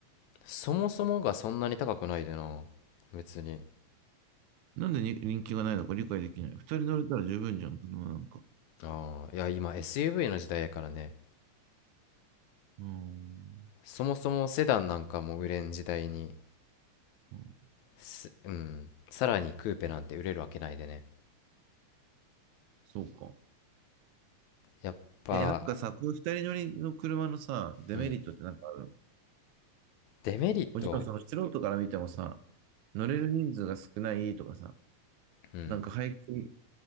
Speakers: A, on the left; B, on the right.
A: う。そもそもがそんなに高くないでな。別に。
B: なんでに人気がないのか理解できない。二人乗れたら十分じゃん、車なんか。
A: ああ、いや、今 SUV の時代やからね。
B: うーん。
A: そもそもセダンなんかも売れん時代に、
B: うん、
A: す、うん、さらにクーペなんて売れるわけないでね。
B: そうか。
A: やっぱ、
B: え、なんかさ、こういう二人乗りの車のさ、デメリットってなんかある
A: うん、デメリット
B: もちろんその素人から見てもさ、乗れる人数が少ないとかさ、
A: うん。
B: なんか排気、